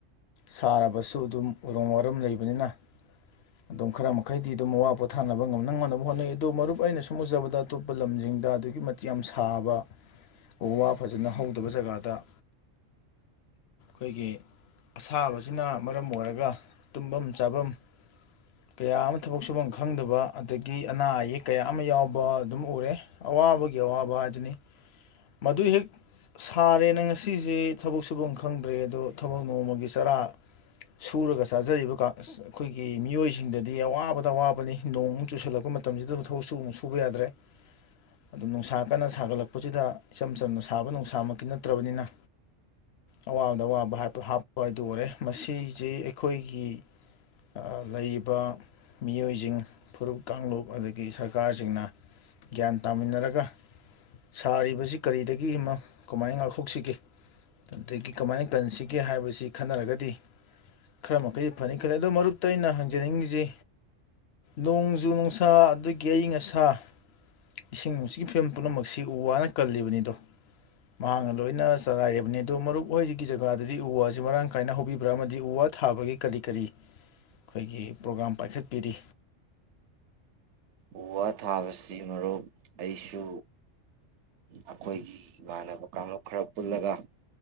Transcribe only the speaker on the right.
ꯎ ꯋꯥ ꯊꯥꯕꯁꯤ ꯃꯔꯨꯞ ꯑꯩꯁꯨ ꯑꯩꯈꯣꯏꯒꯤ ꯏꯃꯥꯟꯅꯕ ꯀꯥꯡꯂꯨꯞ ꯈꯔ ꯄꯨꯜꯂꯒ